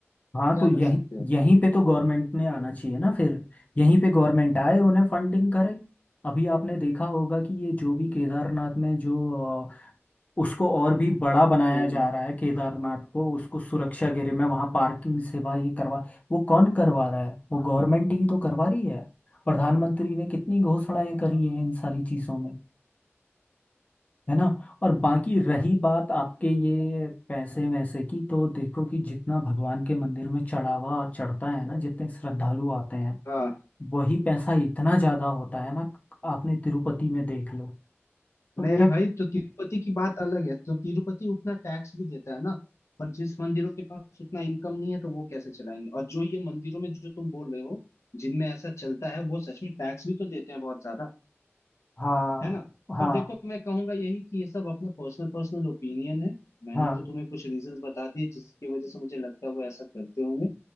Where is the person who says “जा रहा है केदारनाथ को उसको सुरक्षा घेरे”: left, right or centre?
Left